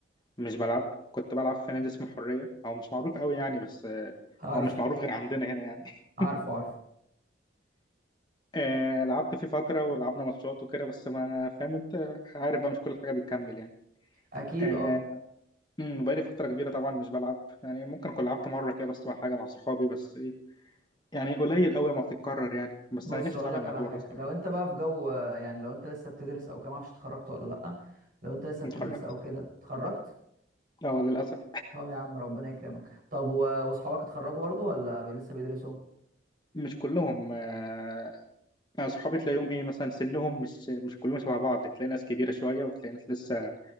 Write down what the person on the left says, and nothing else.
مش بلعب كنت بلعب في نادي اسمه الحريه او مش معروف قوي يعني بس آه،
او مش معروف غير عندنا هنا يعني <laughs>
آه، لعبت فيه فتره ولعبنا ماتشات وكده بس ما فاهم انت عارف بقى مش كل حاجه بتكمل يعني
آه،
أمم، بقالي فتره كبيره طبعا مش بلعب يعني ممكن اكون لعبت مره كده بس مع حاجه مع صحابي بس ايه يعني قليل قوي ما بتتكرر يعني بس
انا نفسي
اعمل
الموضوع
ده الصراحه
اتخرجت
اه للاسف
مش كلهم آه، أنا صحابي تلاقيهم إيه مثلا سنهم مش مش كلهم شبه بعض تلاقي ناس كبيرة شوية وتلاقي ناس لسه